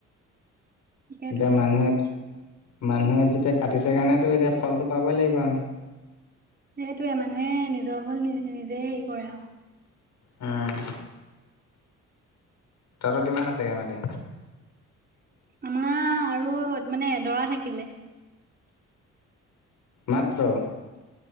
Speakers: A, on the right (about 30°); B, on the left (about 65°).
A: তাকেতো
B: এতিয়া মানুহে, মানুহে যেতিয়া কাটিছে কাৰণেতো এতিয়া ফলটো পাবই লাগিব আমি।
A: সেইটোৱে মানুহে নিজৰ ফল নি নিজে হেৰি কৰে আৰু।
B: উম। তহঁতৰ কিমান আছেগে মাটি?
A: আমাৰ আৰু মানে এদৰা থাকিলে।
B: মাত্ৰ।